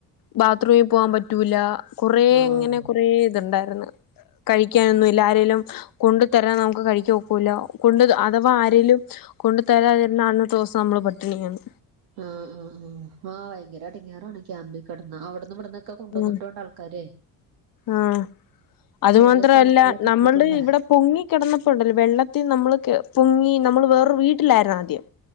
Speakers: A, on the left; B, on the right.
A: ബാത്റൂമി ൽപോവാൻ പറ്റൂല്ലാ കുറേങ്ങിനെ
B: ആഹ്
A: കൊറേ ഇത്ണ്ടായിര്ന്നു കഴിക്കാനൊന്നും ഇല്ല ആരേലും കൊണ്ടു ത്തരാൻ നമുക്ക് കഴിക്കാ ഒക്കൂല കൊണ്ട് അഥവാ ആരേലും കൊണ്ട് തരാൻ വര്ണ അന്ന്ത്തെ ദോസം നമ്മള് പട്ടിണിയാണ്
B: ആഹ് ആഹ് ആഹ് ആഹ് ഭയങ്കര എടിങ്ങാറാണ് ക്യാമ്പിൽ കിടന്നാ ഔട്ന്ന് വിടംന്ന് ഒക്കെ കൊണ്ടന്ന്ട്ടുംണ്ട്
A: ഉം
B: ആൾക്കാരെ
A: ആഹ് അത്
B: ഓരോ
A: മാത്രവല്ലാ
B: സ്ഥലങ്ങളിലൊക്കെ
A: നമ്മള്ള്
B: എത്തിച്ചിണ്ടാ
A: ഇവടെ പൊങ്ങി കെടന്നപ്പോ ഒണ്ടല്ലോ വെള്ളത്തീ നമ്മള് കെ പൊങ്ങീ നമ്മള് വേറൊരു വീട്ടിലായിരുന്ന് ആദ്യം